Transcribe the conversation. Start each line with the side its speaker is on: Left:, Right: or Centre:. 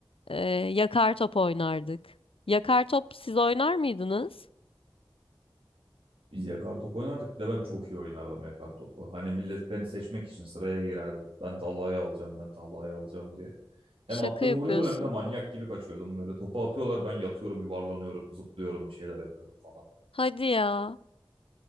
Left: Ee, yakar top oynardık. Yakar top siz oynar mıydınız?
Right: Biz yakar top oynardık. Bir de ben çok iyi oynardım yakar topu. Hani millet beni seçmek için sıraya girerdi. Ben tallayı alacağım, ben tallayı alacağım diye. Hem
Left: Şaka
Right: attığımı
Left: yapıyorsun.
Right: vuruyordum hem de manyak gibi kaçıyordum. Böyle topu atıyorlar ben yatıyorum, yuvarlanıyorum, zıplıyorum, bir şeyler yapıyorum falan.
Left: Hadi ya.